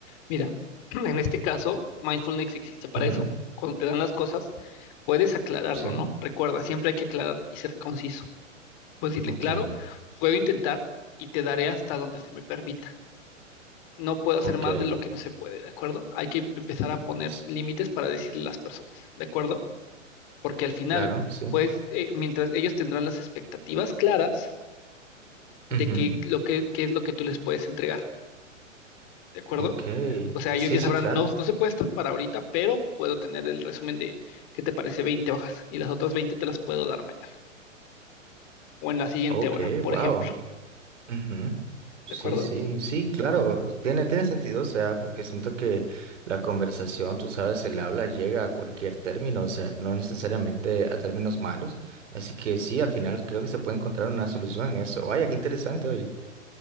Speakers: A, on the left; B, on the right.
A: Mira, <clears throat> en este caso, mindfulness existe para
B: Ujú,
A: eso. Cuando te dan las cosas, puedes aclararlo,
B: Sí,
A: ¿no? Recuerda, siempre hay que aclarar y ser conciso. Puedes decirle,
B: ok,
A: claro, puedo intentar y te daré hasta donde se me permita. No puedo hacer
B: ok.
A: más de lo que no se puede, ¿de acuerdo? Hay que empezar a poner
B: s-
A: límites para decirle a las personas, ¿de acuerdo? porque al final,
B: Claro, sí.
A: pues, eh, mientras ellos tendrán las expectativas claras de
B: ujú,
A: que lo que, qué es lo que tú les puedes entregar, ¿de acuerdo?
B: Ok,
A: O sea,
B: sí,
A: ellos ya
B: sí,
A: sabrán,
B: claro.
A: no, no se puede estar para ahorita, pero puedo tener el resumen de, ¿qué te parece? 20 hojas y las otras 20 te las puedo dar mañana o en la siguiente
B: Ok,
A: hora, por
B: wow.
A: ejemplo,
B: Ujú. Sí,
A: ¿de acuerdo?
B: sí, sí, claro, tiene, tiene sentido, o sea, porque siento que la conversación, tú sabes, el habla llega a cualquier término, o sea, no necesariamente a términos malos, así que sí, al final creo que se puede encontrar una solución en eso. Vaya, qué interesante, oye.